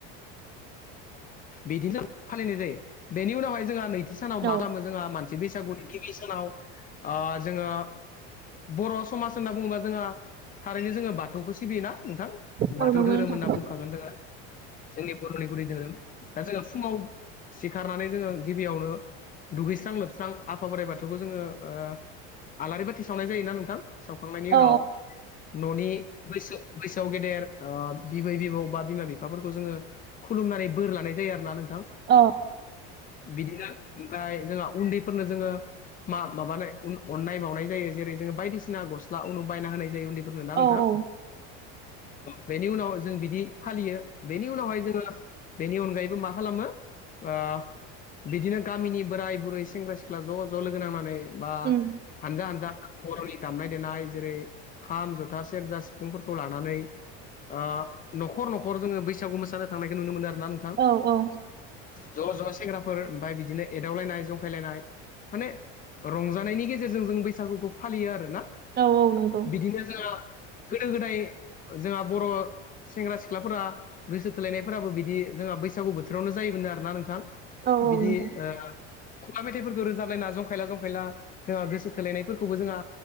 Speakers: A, on the left; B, on the right.
A: बिदिनो फालिनाय जायो बेनि उनावहाय जोंहा नैथि सानाव मा
B: औ
A: खालामो जोंहा मान सि बैसागुनि गिबि सानाव ओ जोङो बर समाज होनना बुङोबा जोंहा थारैनो जोङो बाथौखौ सिबियोना नोंथां
B: औ
A: बाथौ
B: नंगौ
A: धोरोम
B: नोंथां
A: होनना बुंखागोन जोङो जोंनि बरनि गुदि धोरोम दा जोंङो फुङाव सिखारनानै जोङो गिबियावनो दुगैस्रां लोबस्रां आफा बोराइ बाथौखौ जोङो ओ आलारि बाथि सावनाय जायोना नोंथां सावखांनायनि
B: औ
A: उनाव ननि बैसो बैसोआव गेदेर ओ बिबै बिबौ बा बिमा बिफाफोरखौ जोङो खुलुमनानै बोर लानाय जायो आरोना नोंथां
B: अ
A: बिदिनो ओमफ्राय जोंहा उन्दैफोरनो जोङो मा माबानाय अननाय बावनाय जायो जेरै जोङो बायदिसिना गस्ला उनु बायना होनाय जायो उन्दै फोरनो ना
B: औ
A: नोंथां
B: औ
A: बेनि उनाव जों बिदि फालियो बेनि उनावहाय जोङो बेनि अनगायैबो मा खालामो ओ बिदिनो गामिनि बोराय बुरै सेंग्रा सिख्ला ज ज लोगो नांनानै बा
B: उम
A: हानजा हानजा बर नि दामनाय देनाय जेरै खाम जथा सेरजा सिफुंफोरखौ लानानै ओ नखर नखर जोङो बैसागु मोसानो थांनायखौ नुनो मोन आरोना नों
B: औ औ
A: ज ज सेंग्राफोर ओमफ्राय बिदिनो एदावलायनाय जंखायलायनाय माने रंजानायनि गेजेरजों जों बैसागुखौ फालियो आरोना
B: औ औ नंगौ
A: बिदिनो जोंहा गोदो गोदाय जोंहा बर सेंग्रा सिख्लाफोरा गोसो थोलायनायफोराबो बिदि जोंहा बैसागु बोथोरावनो जायोमोननो आरोना नोंथां
B: औ औ
A: बिदि
B: नोंथां
A: ओ खुगा मेथाइफोरखौ रोजाबलायना जंखायला जंखायला जोंहा गोसो थोलायनायफोरखौबो जोंहा